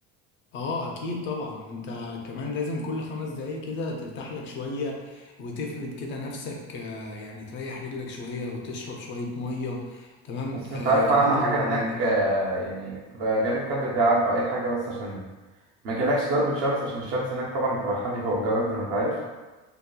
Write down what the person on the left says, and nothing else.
اه اكيد طبعا انت كمان لازم كل خمس دقايق كده ترتاح لك شوية وتفرد كده نفسك آه، يعني تريح رجلك شوية وتشرب شوية مية تمام
آه
كمان
لو ال-